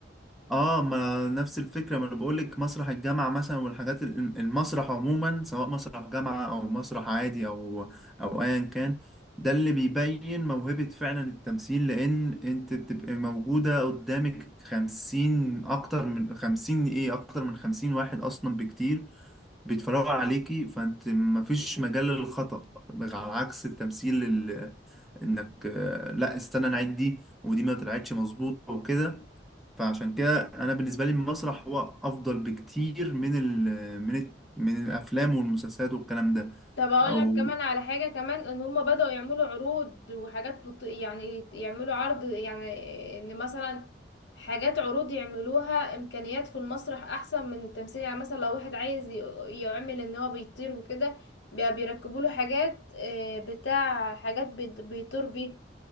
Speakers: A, in the centre; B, on the left.
A: اه ما نفس الفكره ما انا بقول لك مسرح الجامعه مثلا والحاجات ال- المسرح عموما سواء مسرح جامعه او مسرح عادي او او ايا كان ده اللي بيبين موهبه فعلا التمثيل لان انت بتبقى موجوده قدامك خمسين اكتر من خمسين ايه اكتر من خمسين واحد اصلا بكتير بيتفرجوا عليكي فانت مفيش مجال للخطأ على عكس التمثيل ال- انك آه، لا استنى نعيد دي ودي ما طلعتش مظبوطه وكده فعشان كده انا بالنسبه لي المسرح هو افضل بكتير من ال من ال من الافلام والمسلسلات والكلام ده
B: طب هقول
A: او
B: لك كمان على حاجة كمان ان هم بدأوا يعملوا عروض وحاجات بط... يعني يعملوا عرض يعني ان مثلا حاجات عروض يعملوها امكانيات في المسرح احسن من التمثيل يعني مثلا لو واحد عايز ي- يعمل ان هو بيطير وكده بقى بيركبوا له حاجات آه، بتاع حاجات بيط- بيطير بيه